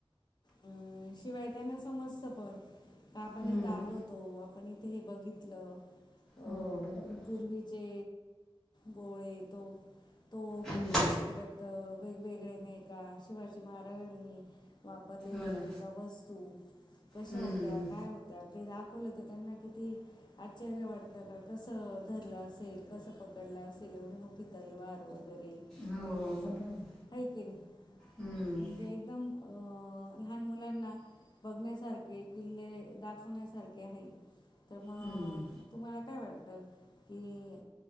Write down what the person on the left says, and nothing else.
अ शिवाय त्यांना समजतं पण का आपण
इथ आलोत. तो आपण इथे हे बघितलं. अं,
पूर्वीचे गोळे तोफ तोफ
करत. तर वेगवेगळे नयका शिवाजी महाराजांनी. वापरलेल्याने
एका वस्तू कशा
होत्या काय होत्या. तर ते दाखवलं तर त्यांना किती आश्चर्य वाटत का कसं धरलं असेल कसं पकडलं असेल एवढी मोठी तलवार वगैरे
असं
आहे की नाही
म्हणजे एकदम अ अ लहान मुलांना बघण्यासारखे किल्ले दाखवण्यासारखे हाईत. तर मग
तुम्हाला काय वाटतं की